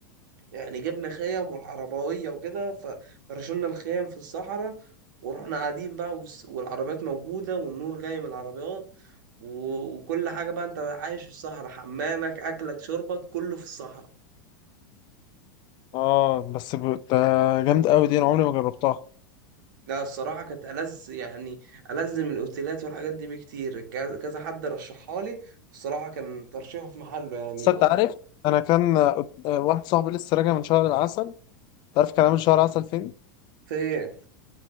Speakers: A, on the right (about 65°); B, on the left (about 45°).
A: يعني جبنا خيم والعربوية وكده ف- فرشنا الخيم في الصحراء ورحنا قاعدين بقى والس- والعربيات موجودة والنور جاي من العربيات و- وكل حاجة بقى انت عايش في الصحراء حمامك أكلك شربك كله في الصحراء
B: اه بس ب... ده جامد قوي دي انا عمري ما جربتها
A: لا الصراحة كانت ألذ يعني ألذ من الأوتيلات والحاجات دي بكتير كذا كذا حد رشحها لي بصراحة كان ترشيحه في محله يعني
B: بس انت عارف انا كان آه، واحد صاحبي لسه راجع من شهر العسل تعرف كان عامل شهر عسل فين
A: في إيه؟